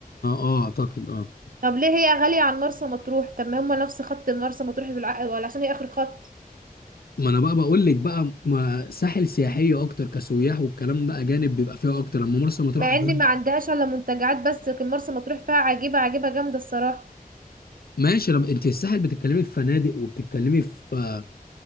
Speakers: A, on the left; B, on the right.
A: اه اعتقد اه
B: طب ليه هي غالية عن مرسى مطروح طب ما هما نفس خط مرسى مطروح بالعقل ولا عشان هي آخر خط
A: ما انا بقى بقول لك بقى ما ساحل سياحيه اكتر كسياح والكلام ده اجانب بيبقى فيها اكتر اما مرسى مطروح
B: مع
A: أجانب.
B: ان ما عندهاش الا منتجعات بس لكن مرسى مطروح فيها عجيبة عجيبة جامدة الصراحة
A: ماشي أنا... انت الساحل بتتكلمي في فنادق وبتتكلمي في